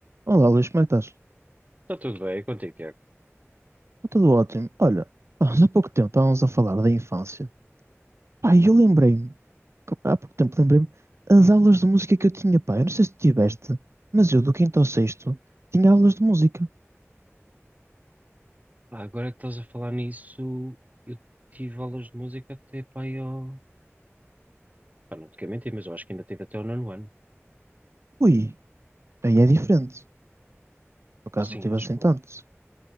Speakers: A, on the right; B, on the right.
A: Olá, Luís, como é que estás? Está
B: Está tudo bem, é contigo, Tiago.
A: tudo ótimo. Olha, há há pouco tempo estávamos a falar da infância. Pá, e eu lembrei-me, que- há pouco tempo lembrei-me, as aulas de música que eu tinha, pá, eu não sei se tiveste, mas eu do quinto ao sexto tinha aulas de música.
B: Pá, agora que estás a falar nisso, eu tive aulas de música até pá, eu... Pá, não te quero mentir, mas eu acho que ainda tive até o nono ano.
A: Ui, aí é diferente. Por acaso
B: Sim,
A: não tive
B: acho
A: assim
B: que foi.
A: tantos.